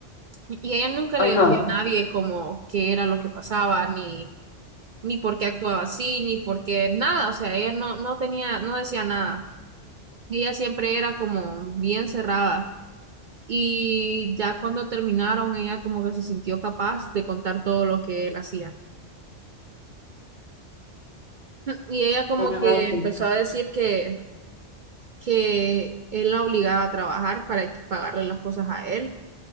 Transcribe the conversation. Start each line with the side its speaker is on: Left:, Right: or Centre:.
Right: Y ella nunca
Left: Ajá.
Right: le decía a nadie como qué era lo que pasaba, ni, ni por qué actuaba así, ni por qué nada. O sea, ella no, no tenía, no decía nada. Ella siempre era como bien cerrada. Y ya cuando terminaron, ella como que se sintió capaz de contar todo lo que él hacía. Y ella como
Left: Ah,
Right: que empezó
Left: sí.
Right: a decir que, que él la obligaba a trabajar para pagarle las cosas a él